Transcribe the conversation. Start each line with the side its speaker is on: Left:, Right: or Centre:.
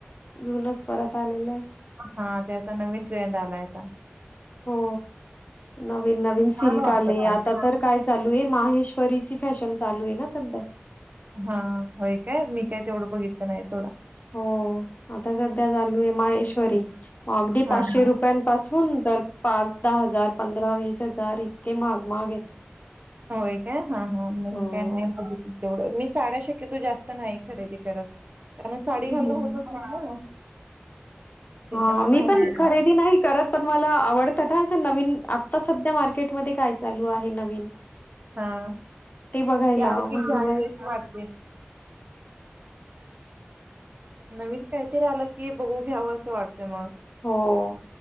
Left: जुूनच परत आलेलं आहे.
Right: हा त्याचा नवीन ट्रेंड आलायता.
Left: हो नवीन नवीन सिल्क
Right: छान वाटतं
Left: आले
Right: पण.
Left: आता तर काय चालू आहे माहेश परीची फॅशन चालू आहे ना सध्या
Right: हा होय काय मी काय तेवढं बघितलं नाही सोडा
Left: हो आता सध्या चालू आहे माहेश्वरी अगदी पाचशे
Right: हा हा.
Left: रुपय पासून तर पाच दहा हजार पंधरा विस पा हजार इतके मग मग आहेत
Right: होय काय हा हा मी
Left: हो.
Right: काय नाही बघितलं तेवढं मी साड्या शक्यतो जास्त नाही खरेदी करत कारण साडी
Left: हं.
Right: घालणं होतच नाही ना त्याच्यामुळे
Left: हा मी
Right: नाही
Left: पण
Right: घेत.
Left: खरेदी नाही. करत पण मला आवडतात नवीन आता सध्या मार्केटमध्ये काय. चालू आहे नवीन
Right: हा
Left: ते बघायला
Right: ती आली
Left: म्हणजे
Right: की घ्यावी
Left: मग
Right: वाटते. नवीन काहीतरी आलं की बघून घ्यावं असं वाटत मग
Left: हो